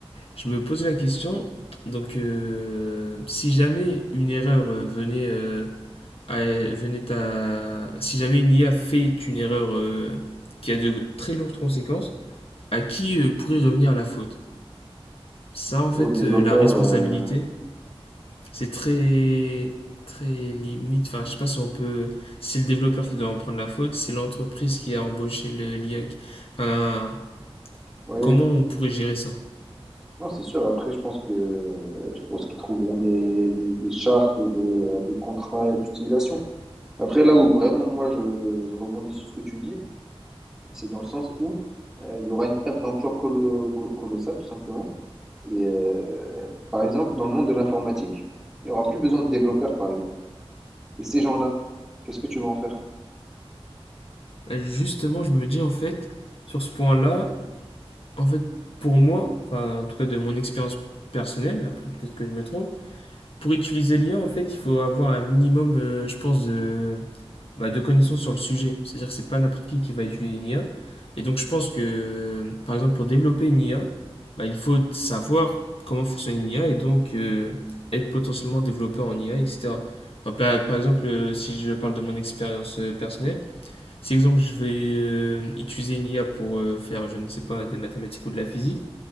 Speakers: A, on the left; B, in the centre.
A: Je me posais la question, donc euh, si jamais une erreur euh, venait euh, venait à. bah, Si jamais une IA fait une erreur euh, qui a de très lourdes conséquences, à qui euh, pourrait revenir la faute Ça, en fait,
B: Aux développeurs,
A: euh, la responsabilité,
B: euh,
A: c'est très. très limite. Enfin, je sais pas si on peut. Si c'est le développeur qui doit en prendre la faute, si c'est l'entreprise qui a embauché le- l'IA. qui- Enfin,
B: oui,
A: comment on pourrait gérer ça
B: non, c'est sûr. Après, je pense que je pense qu'ils trouveront des, des, des chartes et des, euh, des contrats d'utilisation. Après, là où vraiment moi je, je rebondis sur ce que tu dis, c'est dans le sens où euh, il y aura une perte d'emploi colo- co- colossale, tout simplement. Et euh, par exemple, dans le monde de l'informatique, il n'y aura plus besoin de développeurs, par exemple. Et ces gens-là, qu'est-ce que tu vas en faire?
A: Bah, Justement, je me dis, en fait, sur ce point-là, en fait, pour moi, enfin, en tout cas de mon expérience personnelle, après peut-être que je me trompe, pour utiliser l'IA, en fait, il faut avoir un minimum, euh, je pense, de, bah, de connaissances sur le sujet. C'est-à-dire que c'est pas n'importe qui qui va utiliser une IA. Et donc, je pense que, euh, par exemple, pour développer une IA, bah, il faut savoir comment fonctionne une IA et donc euh, être potentiellement développeur en IA, etc. Enfin, par, par exemple, euh, si je parle de mon expérience euh, personnelle, si exemple je vais euh, utiliser une IA pour euh, faire, je ne sais pas, des mathématiques ou de la physique,